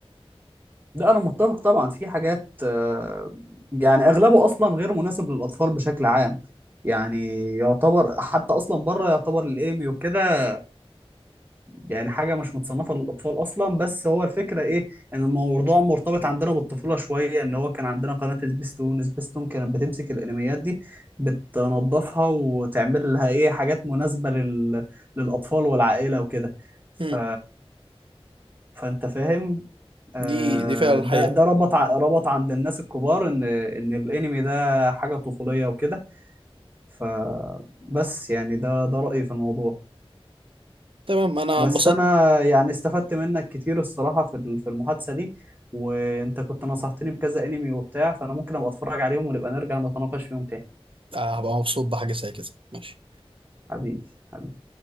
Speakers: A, on the right; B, on the right.
A: لا انا متفق طبعا في حاجات آه، يعني اغلبه اصلا غير مناسب للاطفال بشكل عام يعني يعتبر حتى اصلا بره يعتبر الانمي وكده يعني حاجة مش متصنفة للأطفال أصلا بس هو الفكرة إيه إن الموضوع مرتبط عندنا بالطفولة شوية إن هو كان عندنا قناة سبيستون سبيستون كانت بتمسك الأنميات دي بتنظفها وتعمل لها إيه حاجات مناسبة لل... للأطفال والعائلة وكده ف...
B: مم.
A: فأنت فاهم آه،
B: دي دي فعلا
A: ده
B: حقيقة
A: ده ربط ع- ربط عند الناس الكبار ان ان الانمي ده حاجه طفوليه وكده فبس يعني ده ده رايي في الموضوع
B: تمام انا
A: بس
B: انبسطت
A: انا يعني استفدت منك كتير الصراحه في ال- في المحادثه دي وانت كنت نصحتني بكذا انمي وبتاع فانا ممكن ابقى اتفرج عليهم ونبقى نرجع نتناقش فيهم تاني
B: آه، هبقى مبسوط بحاجة زي كده ماشي
A: حبيبي حبيبي